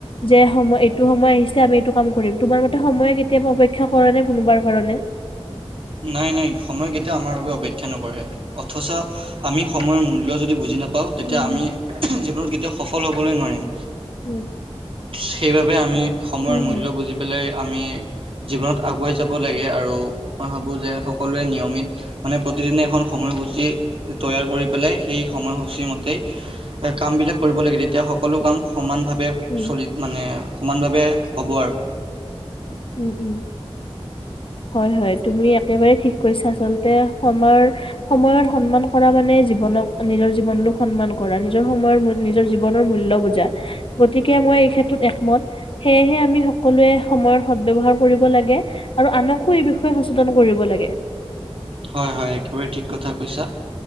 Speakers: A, on the left (about 55°); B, on the right (about 60°).
A: যে সময় এইটো সময় আহিছে আমি এইটো কাম কৰিম, তোমাৰ মতে সময়ে কেতিয়াবা অপেক্ষা কৰেনে কোনোবাৰ কাৰণে।
B: নাই নাই, সময় কেতিয়াও আমাৰ বাবে অপেক্ষা নকৰে। অথচ আমি সময়ৰ মূল্য যদি বুজি নাপাওঁ, তেতিয়া
A: উম,
B: আমি। জীৱনত কেতিয়াও সফল হ'বলৈ নোৱাৰিম,
A: উম,
B: সেইবাবে আমি। সময়ৰ
A: উম,
B: মূল্য
A: উম,
B: বুজি পেলাই আমি জীৱনত আগুৱাই যাব লাগে আৰু। মই ভাবোঁ যে, সকলোৱে নিয়মিত। মানে প্ৰতিদিনে এখন সময়সূচী তৈয়াৰ কৰি পেলাই সেই সময়সূচী মতেই। কামবিলাক কৰিব লাগে, তেতিয়া সকলো কাম সমানভাৱে।
A: উম,
B: চলিত মানে, সমানভাৱে হ'ব আৰু।
A: উম' উম'। <unintelligible> হয় হয়, তুমি একেবাৰে ঠিক কৈছা আচলতে সময়। সময়ৰ সন্মান কৰা মানে, জীৱনক নিজৰ জীৱনটো। সন্মান কৰা, নিজৰ সময়ৰ নিজৰ জীৱনৰ মূল্য বুজা। গতিকে, মই এই ক্ষেত্ৰত একমত, সেয়েহে আমি সকলোৱে সময়ত। সদ ব্যবহাৰ কৰিব লাগে, আৰু আনকো এই বিষয়ে সচেতন কৰিব লাগে।
B: হয় হয়, একেবাৰে ঠিক কথা কৈছা,